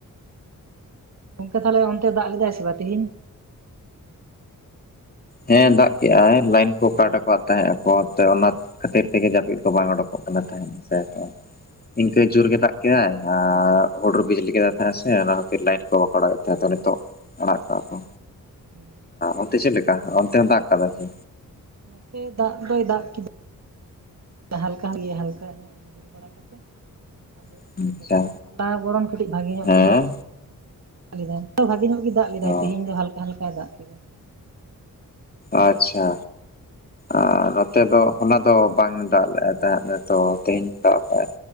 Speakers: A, on the right; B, on the left.
A: ᱜᱚᱝᱠᱮ ᱛᱟᱦᱚᱞᱮ ᱚᱱᱛᱮ ᱫᱟᱜ ᱞᱮᱫᱟᱭ ᱥᱮ ᱵᱟᱝ ᱛᱤᱦᱤᱧ
B: ᱦᱮᱸ ᱫᱟᱜ ᱠᱮᱫᱟᱭ ᱞᱟᱭᱤᱱ ᱠᱚ ᱠᱟᱴ ᱟᱠᱟᱫ ᱛᱟᱦᱮᱸᱜ ᱟᱠᱚ ᱚᱱᱟ ᱠᱷᱟᱹᱛᱤᱨ ᱛᱮᱜᱮ ᱡᱟᱹᱯᱤᱫ ᱠᱚ ᱵᱟᱝ ᱚᱰᱩᱠᱚᱜ ᱠᱟᱱᱟ ᱛᱟᱦᱮᱸᱱᱟ ᱥᱮᱛᱚ ᱤᱱᱠᱟᱹ ᱡᱳᱨ
A: ᱚ
B: ᱜᱮ ᱫᱟᱜ ᱠᱮᱫᱟᱭ ᱦᱩᱰᱩᱨ ᱵᱤᱡᱽᱞᱤ ᱠᱮᱫᱟᱭ ᱛᱟᱦᱮᱸᱜ ᱥᱮ ᱚᱱᱟ ᱠᱷᱟᱹᱛᱤᱨ ᱞᱟᱭᱤᱴ ᱠᱚ ᱵᱟᱠᱚ ᱚᱰᱟᱣ ᱮᱮᱫ ᱛᱟᱦᱮᱸ ᱱᱤᱛᱚᱜ ᱟᱲᱟᱜ ᱠᱟᱜᱼᱟ ᱠᱚ
A: ᱦᱮᱸ
B: ᱚᱱᱛᱮ ᱪᱮᱫ ᱞᱮᱠᱟ ᱚᱱᱛᱮ ᱫᱟᱜ ᱠᱟᱫᱟᱭ ᱥᱮ
A: ᱱᱚᱛᱮ ᱫᱟᱜ ᱫᱚᱭ ᱫᱟᱜ ᱠᱮᱫᱟᱠᱟ ᱦᱟᱞᱠᱟ <unintelligible> ᱠᱟᱛᱮ ᱟᱫᱚ
B: ᱟᱪᱪᱷᱟ
A: ᱛᱷᱤᱨ ᱟᱠᱟᱫᱟᱭ ᱦᱚᱞᱟ ᱵᱚᱨᱚᱱ ᱠᱟᱹᱴᱤᱡ ᱵᱷᱟᱜᱮ ᱧᱚᱜ
B: ᱦᱮᱸ
A: ᱜᱮ ᱫᱟᱜ ᱞᱮᱫᱟᱭ ᱵᱷᱟᱜᱮ ᱧᱚᱜ ᱜᱮ ᱫᱟᱜ ᱞᱮᱫᱟᱭ
B: ᱚ
A: ᱛᱮᱦᱤᱧ ᱫᱚ ᱦᱟᱞᱠᱟ ᱦᱟᱞᱠᱟ ᱫᱟᱜ ᱠᱮᱫᱟ
B: ᱟᱪᱪᱷᱟ ᱟᱨ ᱱᱚᱛᱮ ᱫᱚ ᱦᱚ ᱫᱚ ᱵᱟᱝ ᱫᱟᱜ ᱞᱮᱜᱼᱟᱭ ᱛᱟᱦᱮᱸᱫ ᱛᱚ ᱛᱮᱦᱤᱧ ᱫᱟᱜᱞᱮᱜᱼᱚᱭ